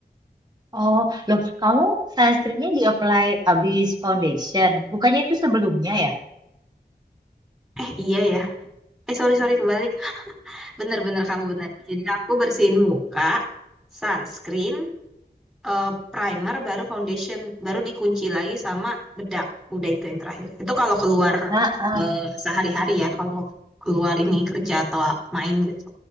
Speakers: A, on the right; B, in the centre.
A: Oh, loh, kamu sunscreennya di apply habis foundation. Bukannya itu sebelumnya ya?
B: Eh, iya ya. Eh, sorry, sorry, kebalik. Bener-bener kamu bener. Jadi aku bersihin muka, sunscreen, eh, primer, baru foundation, baru dikunci lagi sama bedak. Udah itu yang terakhir. Itu kalau keluar
A: Heeh,
B: eh, sehari-hari ya, kalau keluar ini kerja atau ap- main gitu.